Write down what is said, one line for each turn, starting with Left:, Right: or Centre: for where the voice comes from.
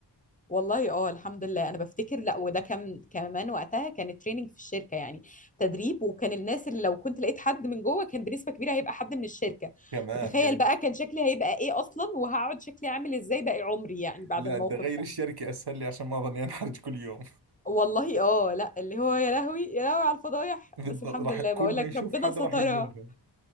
Left: والله اه الحمد لله انا بفتكر لا وده كان كمان وقتها كان تريننج في الشركه يعني تدريب وكان الناس اللي لو كنت لقيت حد من جوه كان بنسبه كبيره هيبقى حد من الشركه
Right: كمان
Left: فتخيل
Right: يعني
Left: بقى كان شكلي هيبقى ايه اصلا وهقعد شكلي عامل ازاي باقي عمري يعني بعد
Right: لا
Left: الموقف
Right: بدي اغير
Left: ده
Right: الشركة اسهل لي عشان ما اظني انحرج كل يوم
Left: والله اه لا اللي هو يا لهوي يا لهوي على الفضايح
Right: <laughs> بالضبط
Left: بس الحمد
Right: راح
Left: لله
Right: كل
Left: بقول
Right: ما
Left: لك
Right: يشوف
Left: ربنا
Right: حدا
Left: سترها
Right: راح يقول لهم